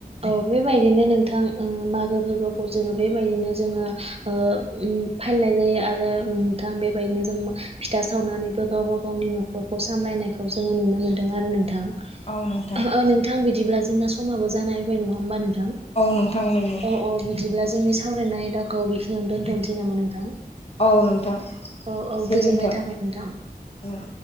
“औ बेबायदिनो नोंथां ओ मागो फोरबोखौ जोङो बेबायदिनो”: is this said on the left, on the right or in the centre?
Right